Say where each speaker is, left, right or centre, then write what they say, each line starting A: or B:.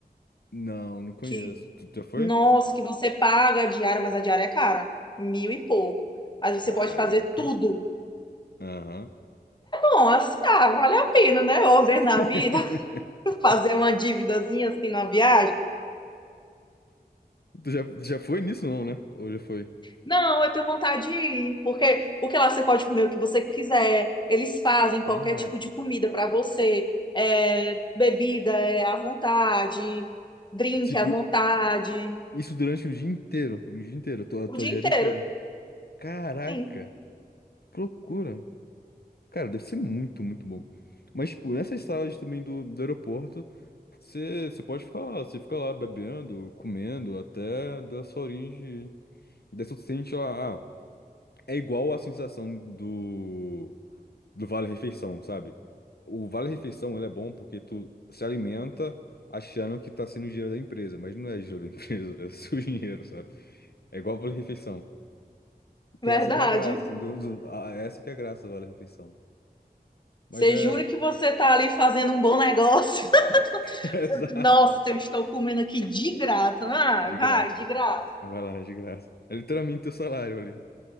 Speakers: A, on the left; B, on the left.
A: Não, não conheço.
B: que,
A: Tu já foi?
B: nossa, que você paga a diária, mas a diária é cara, mil e pouco. Mas
A: Caraca.
B: você pode fazer tudo.
A: Aham.
B: Bom, assim, ah, vale a pena, né? Uma vez na
A: <laughs>
B: vida, <laughs> fazer uma dívidazinha assim na viagem.
A: Tu já, já foi nisso, não, né? Ou já foi?
B: Não, eu tenho vontade de ir, porque, porque lá você pode comer o que você quiser, eles fazem qualquer
A: Ah,
B: tipo de comida para você, é, bebida é à vontade, drink
A: tipo,
B: à vontade,
A: isso durante o dia inteiro. O dia inteiro, a tua, a
B: o
A: tua
B: dia
A: diária
B: inteiro,
A: inteira. Caraca,
B: sim,
A: que loucura. Cara, deve ser muito, muito bom. Mas, tipo, nessas salas também do, do aeroporto, você você pode ficar lá, você fica lá bebendo, comendo, até dar sua horinha de, Daí você sente lá, ah, é igual a sensação do, do vale-refeição, sabe? O vale-refeição, ele é bom porque tu se alimenta achando que tá sendo dinheiro da empresa, mas não é dinheiro da <laughs> empresa, é o seu dinheiro, sabe? É igual o vale-refeição. Que
B: verdade.
A: essa que é a graça, assim, do, do- ah, essa que é a graça do vale-refeição. Mas
B: Você
A: é...
B: jura que você tá ali fazendo um bom negócio? <laughs>
A: <laughs> é Exato.
B: Nossa, eu estou comendo aqui de graça, ah,
A: De
B: vai,
A: graça.
B: de graça.
A: Vai lá, de graça. É literalmente teu salário ali.